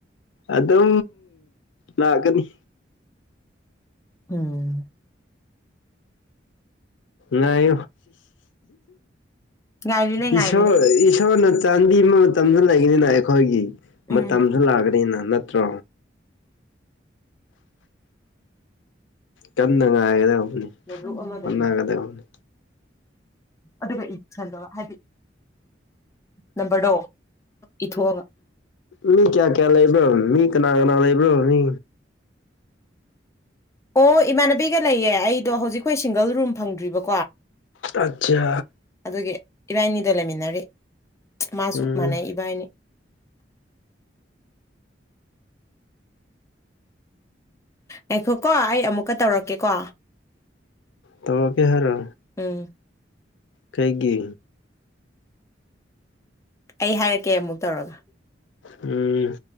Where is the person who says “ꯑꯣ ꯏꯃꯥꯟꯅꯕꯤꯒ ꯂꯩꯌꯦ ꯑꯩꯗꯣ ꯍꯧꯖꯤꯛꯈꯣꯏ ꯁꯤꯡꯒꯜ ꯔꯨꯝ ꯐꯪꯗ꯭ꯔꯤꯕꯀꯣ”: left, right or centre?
Left